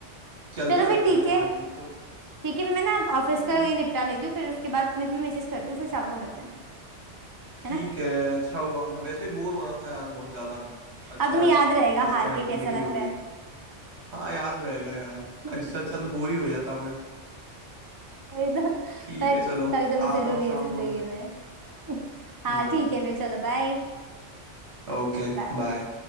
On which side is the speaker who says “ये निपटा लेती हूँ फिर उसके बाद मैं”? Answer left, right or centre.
Right